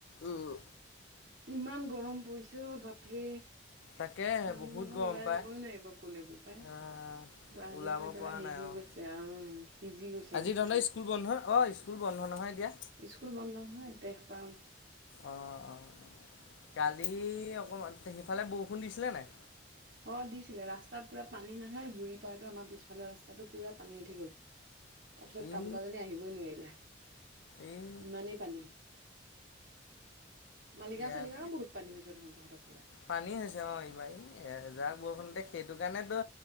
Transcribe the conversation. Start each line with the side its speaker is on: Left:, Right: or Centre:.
Left: ওৰ
Right: ইমান গৰম পৰিছোঁ বাপৰে।
Left: তাকেহে
Right: মানুহ
Left: বহুত
Right: দেখোঁ
Left: গৰম
Right: ওলাই
Left: পায়
Right: যাবই নোৱাৰিব ক'লে বোপাই।
Left: আহ
Right: গুৱাহাটীখন
Left: ওলাব
Right: একেবাৰে
Left: পৰা
Right: হেৰি
Left: নাই
Right: হৈ
Left: অঁ
Right: গৈছে উম, সিজি গৈছে
Left: আজি
Right: মুঠতে।
Left: তহঁতৰ স্কুল বন্ধ অঁ স্কুল বন্ধ নহয় এতিয়া
Right: স্কুল বন্ধ নহয় এক তাৰিখৰ পা অহ,
Left: অঁ অঁ কালি অকমান তে সিফালে বৰষুণ দিছিলে নাই?
Right: অ, দিছিলে ৰাস্তাত পুৰা পানী নহয় জুৰি পাৰেটো আমাৰ পিছফালৰ ৰাস্তাটো পুৰা পানী উঠি গ'ল। তাৰপিছত
Left: এই
Right: কাম কৰা জনী আহিবই নোৱাৰিলে
Left: এই
Right: ইমানেই পানী। মালিগাওঁ-চালিগাওঁ
Left: ইয়াত
Right: বহুত পানী হৈছে দেখোন তহঁতক
Left: পানী হৈছে অ, এইবাৰ এই এযাক বৰষুণতে সেইটো কাৰণেতো